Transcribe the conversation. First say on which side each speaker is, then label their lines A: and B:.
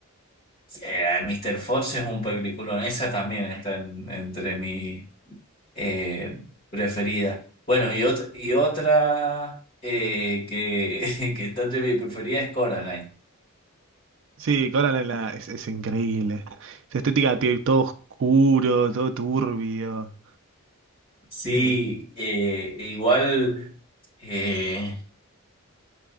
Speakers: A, on the left; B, on the right.
A: Sí, eh, Mr. Force es un peliculón, esa también está en- entre mi eh, preferida. Bueno, y, ot- y otra eh, que, <laughs> que está entre mi preferida es Coraline.
B: Sí, Coraline en la, es, es increíble. Esa estética tiene todo oscuro, todo turbio.
A: Sí,
B: Eh,
A: eh, igual. eh,